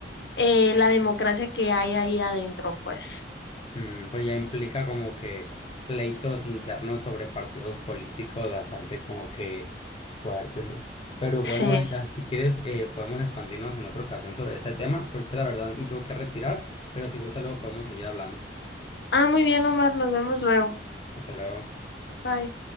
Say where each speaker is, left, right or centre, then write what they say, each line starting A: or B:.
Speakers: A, on the left (about 70°); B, on the left (about 30°).
A: eh, la democracia que hay ahí adentro, pues.
B: Mm, pues ya implica como que pleitos internos sobre partidos políticos bastante como que fuertes, ¿no? Pero
A: Sí.
B: bueno, Daira, si quieres eh, podemos expandirnos en otra ocasión sobre este tema. Ahorita la verdad me tengo que retirar, pero si gusta luego podemos seguir hablando.
A: Ah, muy bien, Omar, nos vemos luego.
B: Hasta luego.
A: Bye.